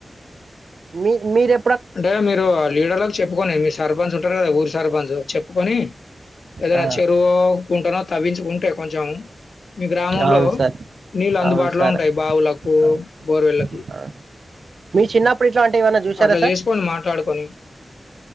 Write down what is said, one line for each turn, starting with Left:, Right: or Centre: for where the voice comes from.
Right: మీ మీరే
Left: అంటే మీరు లీడర్ కి చెప్పుకొని మీ సర్పంచ్ ఉ టారు ఊరు సారి ప చెప్ప కని ఏదైనా
Right: ఆ,
Left: చెరువుకుంటాన తవ్వించుకుంటే కొ చాం మీ గ్రామంలో
Right: అవును సార్
Left: నీళ్లు అందుబాటులో
Right: అవును సార్
Left: ఉంటాయి బావులకు
Right: ఆ,
Left: బోరవెళకి
Right: ఆ. మీ చిన్నప్పుడు ఇట్లాంటివి ఏమైనా చూసారా
Left: అట్లా
Right: సార్
Left: చేసి ట్లాడుకొని